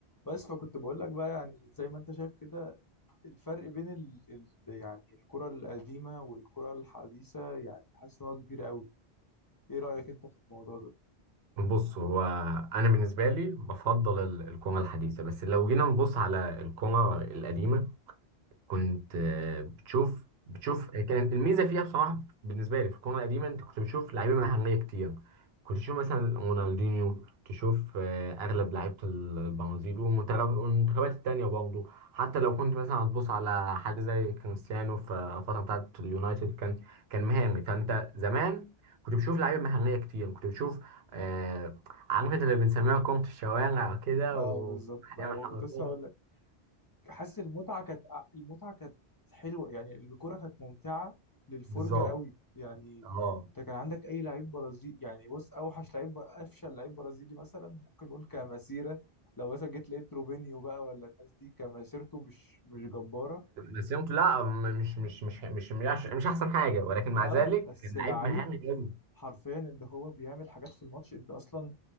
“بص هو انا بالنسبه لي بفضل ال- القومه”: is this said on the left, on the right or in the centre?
Right